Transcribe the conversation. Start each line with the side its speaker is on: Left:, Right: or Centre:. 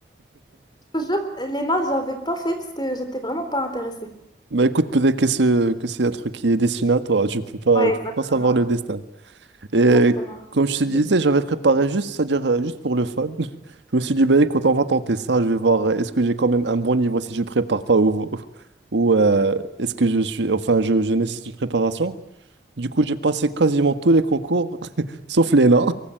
Left: Je te jure, l'ENA, j'avais pas fait parce que j'étais vraiment pas intéressée.
Right: bah écoute, peut-être que, ce- que c'est un truc qui est destiné à toi. Tu peux pas,
Left: Ouais, exactement,
Right: tu peux pas savoir le destin. Et
Left: exactement.
Right: comme je
Left: Mhm,
Right: te disais, j'avais préparé juste, c'est-à-dire euh, juste pour le fun. <laughs> Je me suis dit, ben écoute, on va tenter ça. Je vais voir, euh, est-ce que j'ai quand même un bon niveau si je prépare pas ou, <laughs> ou euh, est-ce que je suis, enfin, je, je nécessite une préparation. Du coup, j'ai passé quasiment tous les concours, <laughs> sauf l'ENA,